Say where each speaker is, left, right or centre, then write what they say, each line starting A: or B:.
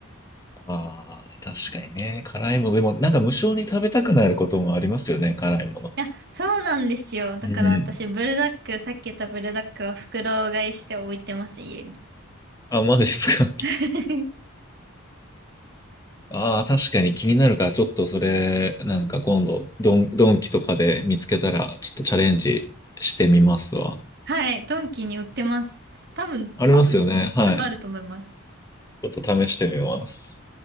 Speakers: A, on the left; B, on the right.
A: ああ確かにね。辛いもの、でも、なんか無性に食べたくなることもありますよね、辛いもの。
B: いや、そうなんですよ。だから私、
A: うん。
B: ブルダック、さっき言ったブルダックは袋買いして置いてます、家に。
A: あ、マジですか。
B: <laughs>
A: ああ、確かに気になるから、ちょっとそれ、なんか今度、ドン、ドンキとかで見つけたら、ちょっとチャレンジしてみますわ。
B: はい、ドンキに売ってます。多分、
A: ありますよね。
B: 多分、
A: はい。
B: 多分あると思います。
A: ちょっと試してみます。